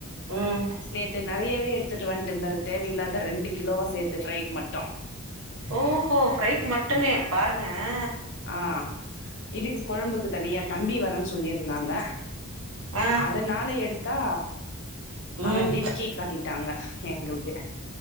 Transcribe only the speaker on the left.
நேத்து நறையவே எடுத்துட்டு வன்ட்டு இருந்தாரு தேவ இல்லாத த ரெண்டு கிலோவா சேத்து ஃப்ரைக்கு மட்டு
ஆ இதுக்கு கொழம்புக்கு தனியா தம்பி வரன் சொல்லிருந்தாங்க
அதனால எடுத்தா
அவே டிம் க்கி காட்டிட்டாங்க எங்குளுக்கு